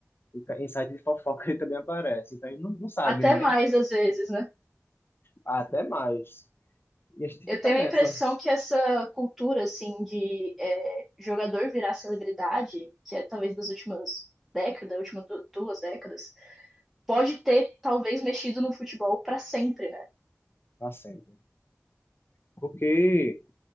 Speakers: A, on the left; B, in the centre.
A: E ca- Em site de fofoca ele também aparece, então ele não, não sabe,
B: Até
A: né?
B: mais às vezes, né?
A: Até mais. E a gente
B: Eu
A: fica
B: tenho
A: nessa
B: a impressão que essa cultura, assim, de é, jogador virar celebridade, que é talvez das últimas décadas, últimas du- duas décadas, pode ter talvez mexido no futebol pra sempre, né?
A: pra sempre. Porque